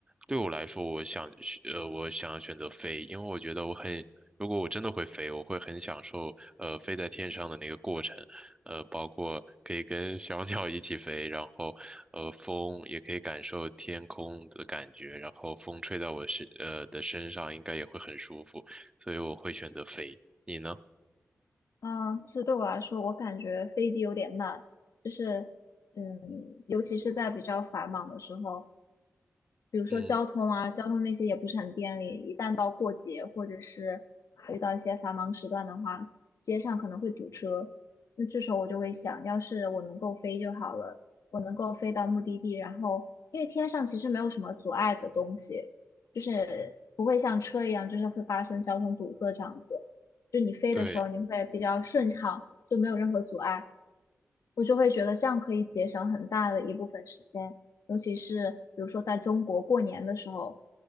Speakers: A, on the right; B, on the left.
A: 对我来说，我想是呃我想要选择飞，因为我觉得我很。如果我真的会飞，我会很享受，呃，飞在天上的那个过程，呃，包括可以跟小 <laughs> 鸟一起飞，然后，呃，风也可以感受天空的感觉，然后风吹在我身，呃的身上，应该也会很舒服，所以我会选择飞。你呢？
B: 啊，其实对我来说，我感觉飞机有点慢，就是嗯，尤其是在比较繁忙的时候。比如说交通啊，
A: 嗯，
B: 交通那些也不是很便利，一旦到过节或者是遇到一些繁忙时段的话，街上可能会堵车。那这时候我就会想，要是我能够飞就好了，我能够飞到目的地，然后因为天上其实没有什么阻碍的东西，就是不会像车一样，就是会发生交通堵塞这样子。就你飞的时候，
A: 对，
B: 你会比较顺畅，就没有任何阻碍。我就会觉得这样可以节省很大的一部分时间，尤其是比如说在中国过年的时候，